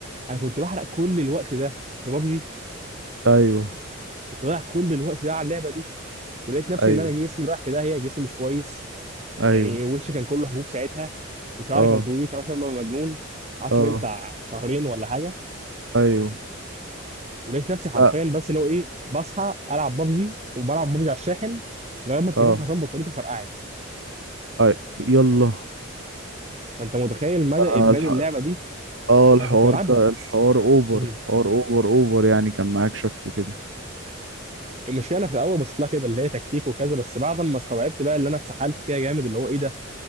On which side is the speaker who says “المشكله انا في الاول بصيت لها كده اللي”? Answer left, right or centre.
Right